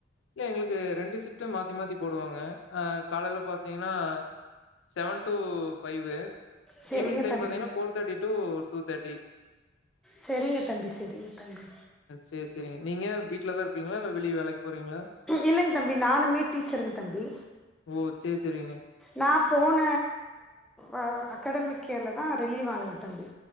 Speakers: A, on the left; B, in the centre.
A: இல்ல எங்களுக்கு ரெண்டு ஷிப்ட்டு மாத்தி மாத்தி போடுவாங்க அ காலைல பாத்திங்ன்னா செவன் டூ ஃபைவு
B: சரிங்க
A: ஈவினிங் டைம்
B: தம்பி
A: பாத்திங்ன்னா four thirty to two thirty
B: செரிங்க தம்பி செரிங்க தம்பி
A: சேர் சேரிங்க நீங்க வீட்டுலதா இருப்பீங்களா இல்ல வெளி வேலைக்கு போறீங்களா?
B: இல்லங் தம்பி நானுமே டீச்சருங் தம்பி
A: ஓ! சரி, சரிங்க.
B: நா போன அ அக்கடமிக் இயர்ல தா ரிலீவ் ஆனங்க தம்பி